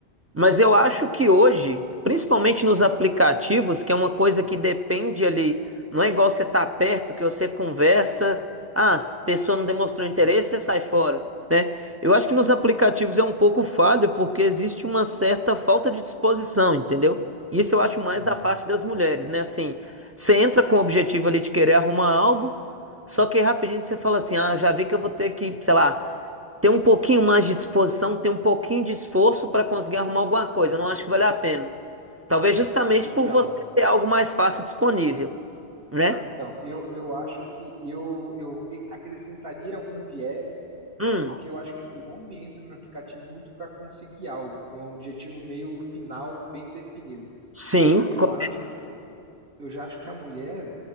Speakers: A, on the right; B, on the right.
A: Mas eu acho que hoje, principalmente nos aplicativos, que é uma coisa que depende ali, não é igual você tá perto, que você conversa, ah, a pessoa não demonstrou interesse, você sai fora, né? Eu acho que nos aplicativos é um pouco falho, porque existe uma certa falta de disposição, entendeu? Isso eu acho mais
B: uhum.
A: da parte das mulheres, né? Assim, você entra com o objetivo ali de querer arrumar algo, só que aí rapidinho você fala assim: ah, já vi que eu vou ter que, sei lá, ter um pouquinho mais de disposição, ter um pouquinho de esforço para conseguir arrumar alguma coisa. Não acho que vale a pena. Talvez justamente
B: Então,
A: por você ter algo mais fácil disponível, né?
B: então, eu, eu acho que eu, eu acrescentaria um viés
A: Hum,
B: Porque eu acho que o homem entra no aplicativo muito para conseguir algo, com um objetivo meio final bem definido.
A: sim.
B: Eu
A: co-
B: acho, eu já acho que a mulher,